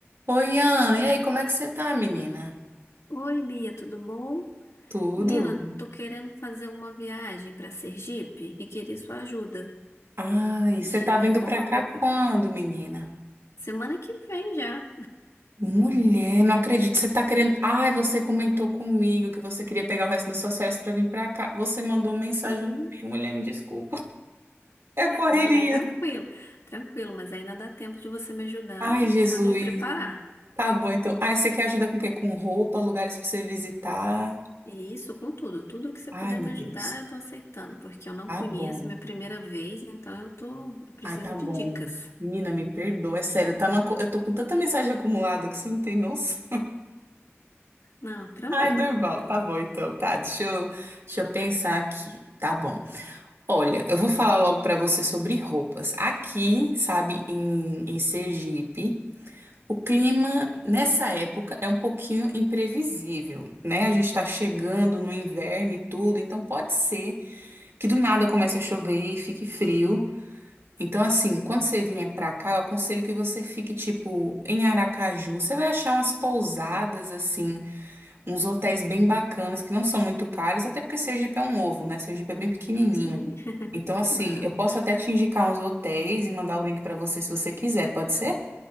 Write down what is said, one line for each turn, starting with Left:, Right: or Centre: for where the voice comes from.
Right: Oi, Ana, e aí, como é que você tá, menina?
Left: Oi, Bia, tudo bom?
Right: Tudo?
Left: Menina, tô querendo fazer uma viagem para Sergipe e queria sua ajuda
Right: Ai,
Left: de
Right: você tá vindo
Left: como
Right: pra
Left: eu
Right: cá
Left: me...
Right: quando, menina?
Left: Semana que vem já.
Right: Mulher, não acredito, você tá querendo... Ai, você comentou comigo que você queria pegar o resto das suas férias pra vir pra cá. Você mandou mensagem,
Left: Hum,
Right: eu mulher, me desculpa. <laughs> É correria.
Left: não, tranquilo, tranquilo, mas ainda dá tempo de você me ajudar
Right: Ai, Jesus.
Left: a me preparar.
Right: Tá bom, então. Ai, você quer ajuda com o quê? Com roupa, lugares pra você visitar?
Left: E isso com tudo, tudo que você
Right: Ai,
Left: puder
Right: meu
Left: me
Right: Deus.
Left: ajudar, eu tô aceitando, porque eu não
Right: Tá
Left: conheço,
Right: bom.
Left: é minha primeira vez, então eu tô, eu preciso
Right: Ai, tá bom.
Left: de dicas.
Right: Menina, me perdoa, é sério, tá numa... co- eu tô com tanta mensagem acumulada que você não tem noção.
Left: Não, tranquilo.
Right: Ai, normal. Tá bom, então. Tá, deixa eu, deixa eu pensar aqui. Tá bom. Olha, eu vou falar logo pra você sobre roupas. Aqui, sabe, em, em Sergipe, o clima nessa época é um pouquinho imprevisível, né? A gente tá chegando no inverno e tudo, então pode ser que do nada comece a chover e fique frio. Então, assim, quando você vier pra cá, eu aconselho que você fique, tipo, em Aracaju. Você vai achar umas pousadas, assim uns hotéis bem bacanas, que não são muito caros, até porque Sergipe é um ovo, né? Sergipe é bem pequenininho.
Left: Sim,
Right: Então, assim,
Left: não.
Right: eu posso até te indicar uns hotéis e mandar o link pra você se você quiser, pode ser?